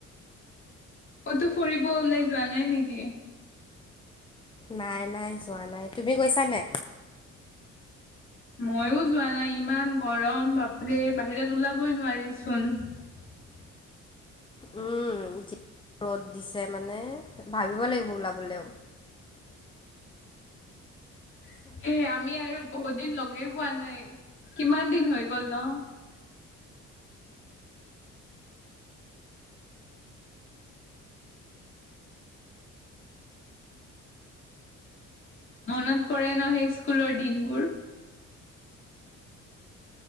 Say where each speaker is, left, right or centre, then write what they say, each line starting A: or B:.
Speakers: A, on the left; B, on the left.
A: কতো ফুৰিব ওলাই যোৱা নাই নিকি।
B: নাই নাই যোৱা নাই তুমি গৈছা নাই।
A: মইও যোৱা নাই ইমান গৰম বাপৰে বাহিৰত ওলাবই নোৱাৰিচোন। <unintelligible>
B: উম ৰ'দ দিছে মানে ভাবিব লাগিব ওলাবলে
A: তাকে আমি আৰু বহুত দিন লগেই পোৱা নাই কিমান দিন হৈ গ'ল ন। মনত পৰে ন সেই স্কুলৰ দিনবোৰ।